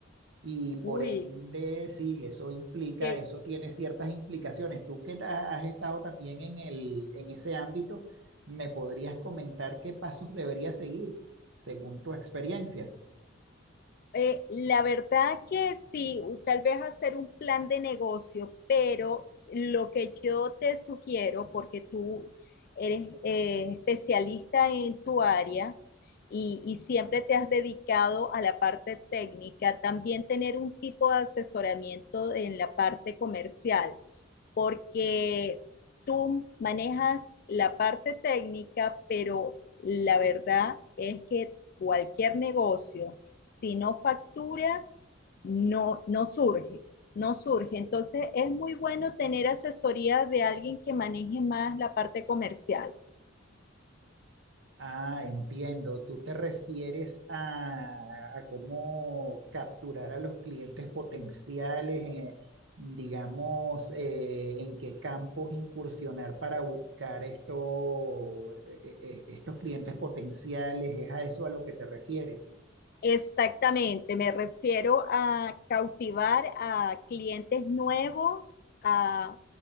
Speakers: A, on the right; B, on the left.
A: Y por
B: Uy,
A: ende, sí, eso implica,
B: qué,
A: eso tiene ciertas implicaciones. Tú que ha- has estado también en el, en ese ámbito, ¿me podrías comentar qué pasos debería seguir según tu experiencia?
B: Eh, la verdad que sí, tal vez hacer un plan de negocio, pero lo que yo te sugiero, porque tú eres eh, especialista en tu área y, y siempre te has dedicado a la parte técnica, también tener un tipo de asesoramiento en la parte comercial, porque tú manejas la parte técnica, pero la verdad es que cualquier negocio si no factura, no, no surge, no surge. Entonces es muy bueno tener asesoría de alguien que maneje más la parte comercial.
A: Ah, entiendo. Tú te refieres a, a cómo capturar a los clientes potenciales, eh, digamos, eh, en qué campos incursionar para buscar esto- e- e- estos clientes potenciales. ¿Es a eso a lo que te refieres?
B: Exactamente, me refiero a cautivar a clientes nuevos, a,